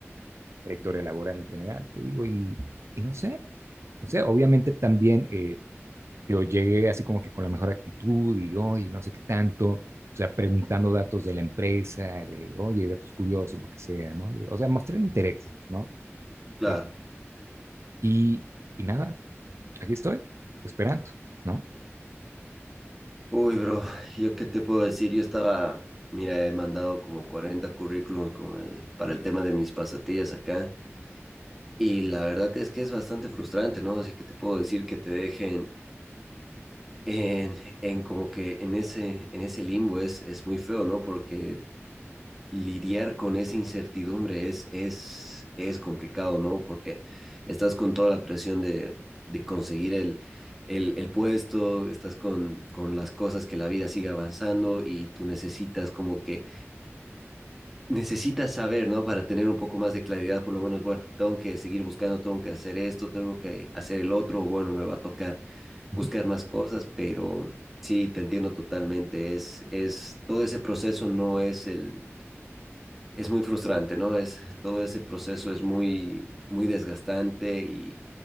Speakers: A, on the right; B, in the centre.
A: trayectoria laboral en general, te digo, y, y no sé. O sea, obviamente también eh, yo llegué así como que con la mejor actitud y hoy no sé qué tanto, o sea, preguntando datos de la empresa, de oye, datos curiosos, lo que sea, ¿no? O sea, mostrar interés, ¿no?
B: Claro.
A: Este, y, y nada, aquí estoy, esperando, ¿no?
B: Uy, bro, ¿yo qué te puedo decir? Yo estaba, mira, he mandado como 40 currículums con el- para el tema de mis pasatillas acá. Y la verdad es que es bastante frustrante, ¿no? Así que te puedo decir que te dejen en, en como que en ese, en ese limbo es, es muy feo, ¿no? Porque lidiar con esa incertidumbre es, es, es complicado, ¿no? Porque estás con toda la presión de, de conseguir el, el, el, puesto, estás con, con las cosas, que la vida siga avanzando y tú necesitas como que, necesitas saber, ¿no? Para tener un poco más de claridad, por lo menos, bueno, tengo que seguir buscando, tengo que hacer esto, tengo que hacer el otro, o bueno, me va a tocar
A: Ujú,
B: buscar más cosas, pero... Sí, te entiendo totalmente. Es, es, todo ese proceso no es el, es muy frustrante, ¿no? Es, todo ese proceso es muy, muy desgastante y,